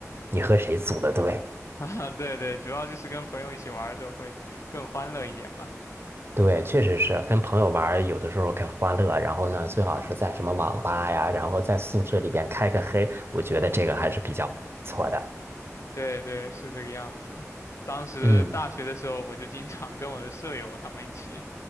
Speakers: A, on the right (about 50°); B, on the left (about 60°).
A: 你和谁组的队。
B: 啊，对对，主要就是跟朋友一起玩的时候会更欢乐一点吧。
A: 对，确实是跟朋友玩儿有的时候很欢乐。然后呢，最好是在什么网吧呀，然后在宿舍里边开个黑，我觉得这个还是比较不错的。
B: 对对，是这个样子。当时大学的时候，
A: 嗯，
B: 我就经常跟我的舍友他们一起，